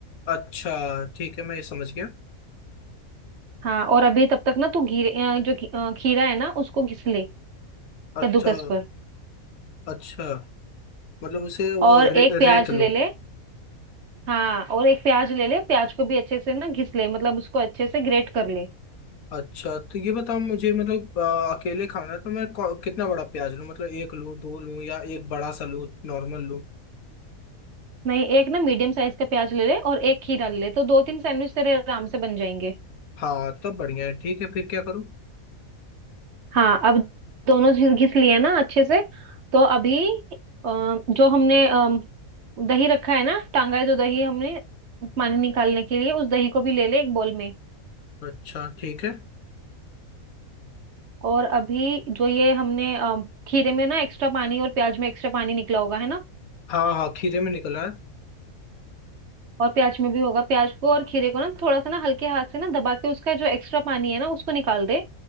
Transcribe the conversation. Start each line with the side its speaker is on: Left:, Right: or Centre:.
Left: अच्छा ठीक है मैं ये समझ गया
Right: हाँ और अभी तब तक ना तू घी अ, जो घी- अ, खीरा है ना उसको घिस ले कद्दूकस
Left: अच्छा
Right: पर
Left: अच्छा मतलब उसे वो
Right: और
Left: रे,
Right: एक प्याज
Left: रेत लो
Right: ले ले हाँ और एक प्याज ले ले प्याज को भी अच्छे से ना घिस ले मतलब उसको अच्छे से ग्रेट कर ले
Left: अच्छा तो ये बताओ मुझे मतलब अ, अकेले खाना है तो मैं कौ- कितना बड़ा प्याज लूँ मतलब एक लूँ दो लूँ या एक बड़ा सा लूँ नॉर्मल लूँ
Right: नहीं एक ना मीडियम साइज का प्याज ले ले और एक खीरा ले ले तो दो तीन सैंडविच तेरे आराम से बन जाएंगे
Left: हाँ तब बढ़िया है ठीक है फिर क्या करूँ
Right: हाँ अब दोनों चीज घिस लिए ना अच्छे से तो अभी अ, जो हमने अम, दही रखा है ना टांगा है जो दही हमने पानी निकालने के लिए उस दही को भी ले ले एक बोल में
Left: अच्छा ठीक है
Right: और अभी जो ये हमने अम, खीरे में ना एक्स्ट्रा पानी और प्याज में एक्स्ट्रा पानी निकला होगा है ना
Left: हाँ हाँ खीरे में निकला है
Right: और प्याज में भी होगा प्याज को और खीरे को ना थोड़ा सा ना हल्के हाथ से ना दबा के उसका जो एक्स्ट्रा पानी है ना उसको निकाल दे